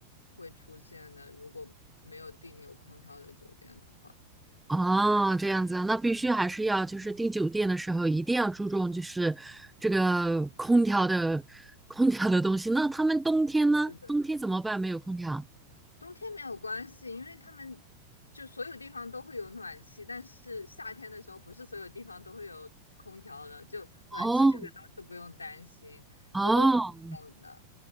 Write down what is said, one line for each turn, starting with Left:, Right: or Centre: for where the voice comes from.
Left: 会出现的，如果没有订有空调的酒店的话。
Centre: 哦，这样子啊，那必须还是要就是订酒店的时候一定要注重就是这个空调的空调的东西。那他们冬天呢？
Left: 是的，
Centre: 冬天怎么办？没有空调？
Left: 冬天没有关系，因为他们就所有地方都会有暖气，但是夏天的时候不是所有地方都会有空调的，就暖气这个倒是不用担心，
Centre: 哦哦
Left: 就都不会冷的。